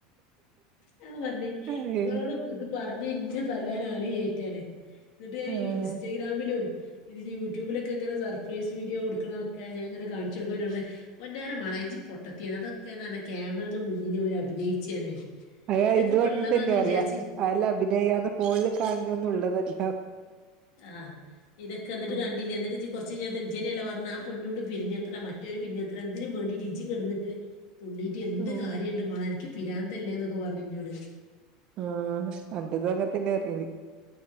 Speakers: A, on the left; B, on the right.
A: ഞാൻ പറഞ്ഞെ
B: അയ്യോ
A: ഇങ്ങളോടും പറഞ് ഇന്നെ തല്ലാനാള് ഇല്ലാഞ്ഞിട്ടാണ്എന്നിട്ട്
B: ആഹ്
A: ഇൻസ്റ്റഗ്രാമിലും ഇതില് യൂട്യൂബിലൊക്കെ ഇങ്ങെ സപ്രൈസ് വീഡിയോ കൊടുക്കണ ഒക്കെ ഞാങ്ങനെണെടുക്ക എന്നോട് പറഞ്ഞ പൊന്നാര മോളെ ജ് പൊട്ടത്തിയ അത ക്കഞ്ഞ ക്യാമറന് മുന്നിൽ ഇവര് അഭിനയിച്ചാണ്
B: അയ
A: ഇതൊക്കെ
B: ഇതും
A: ഇപ്പ
B: അങ്ങനെ
A: ഉള്ളതാന്ന്
B: തന്നെ പറയാ
A: വിചാരിച്ച
B: അല്ല അഭിനയന്ന് ഫോണിൽ കാണണ ഒന്നും ഉള്ളതല്ല
A: ആഹ് ഇതൊക്കെ എന്നിട്ട്
B: ഉം
A: കണ്ടി ഇല്ല എന്നിട്ട് കുറച്ച് കഴിഞ്ഞ് ജ് തന്നെയല്ലെ പറഞ്ഞ ആ പണ്ണുണ്ട് പിരിഞ്ഞത്രെ മറ്റെ കുറ്റര് പിന്നെ എത്ര എന്തിനന് വേണ്ടിട്ട് ഇജി കിടന്നി തുള്ളിയിട്ട് എന്ത്
B: ഉം
A: കാര്യംണ്ട് മോളെ ൻക്ക് പിരാന്തല്ലേന്നൊക്കെ പറഞ്ഞഞ് ഇന്നോട്
B: ആഹ് അന്റെതും അങ്ങത്തന്നെ പറിയത്